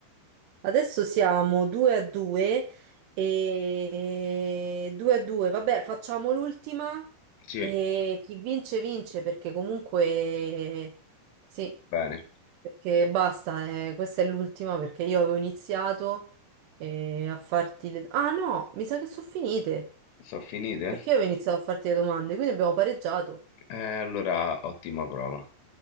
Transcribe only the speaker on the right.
Adesso siamo 2 a 2 e 2 a 2, vabbè, facciamo l'ultima
e chi vince vince perché comunque sì,
perché basta, eh, questa è l'ultima perché io avevo iniziato eh, a farti le... Ah no, mi sa che sono finite
perché io avevo iniziato a farti le domande, quindi abbiamo pareggiato.